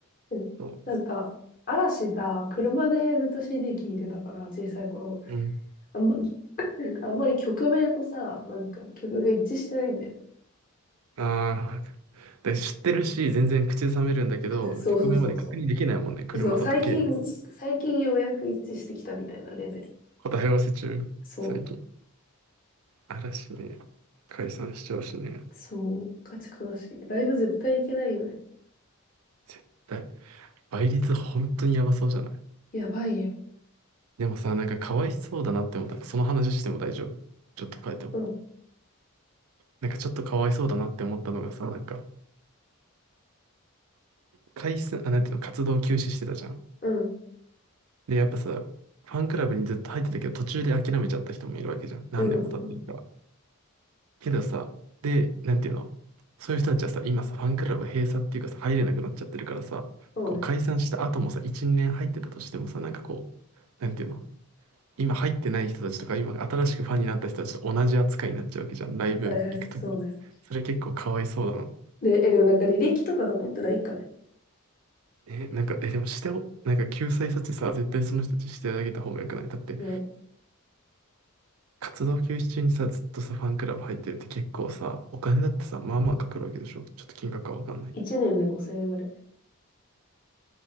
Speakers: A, on the left; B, on the right.
A: うんなんか、
B: そ
A: 嵐さ、車でずっと CD 聴いてたから、小さい頃。
B: う。うん。
A: あんま、<laughs> あんまり曲名とさ、なんか曲が一致してないんだよ
B: ああ。で、知ってるし、全然口ずさめるんだけど、
A: ね。そうそうそうそ
B: 曲名まで確認できないもんね。車だと携帯で。
A: う。そう、最近、最近ようやく一致してきたみたいなレベル。
B: 答え合わせ中、
A: そ
B: 最近。嵐ね。解散しちゃうしね。
A: う。そう。ガチ悲しい。ライブ絶対行けないよね。
B: 絶対。倍率本当にやばそうじゃない
A: やばいよ。
B: でもさ、なんかかわいそうだなって思った。その話しても大丈夫。ちょっと変えても。
A: うん、
B: なんかちょっとかわいそうだなって思ったのがさ、なんか、解散、あ、なんていうの、活動休止してたじゃん。
A: うん、
B: で、やっぱさ、ファンクラブにずっと入ってたけど、途中で諦めちゃった人もいるわけじゃん。何年も経ってるから。
A: うん、うん、うん。
B: けどさ、で、なんていうの、そういう人たちはさ、今さ、ファンクラブ閉鎖っていうかさ、入れなくなっちゃってるからさ、
A: そうね。
B: こう解散した後もさ、1、年入ってたとしてもさ、なんかこう、なんていうの、今入ってない人たちとか、今新しくファンになった人たちと同じ扱いになっちゃうわけじゃん。ライブ行くときに。
A: はいはい、そうね。
B: それ結構かわいそうだな。
A: で、え、でもなんか履歴とか残ってないんかね。
B: え、なんか、え、でもしてお、なんか救済措置さ、絶対その人たちしてあげた方がよくない。だって、
A: ね。
B: 活動休止中にさ、ずっとさ、ファンクラブ入ってるって結構さ、お金だってさ、まあまあかかるわけでしょ。ちょっと金額はわかんないけど
A: 1年で5000円ぐらい。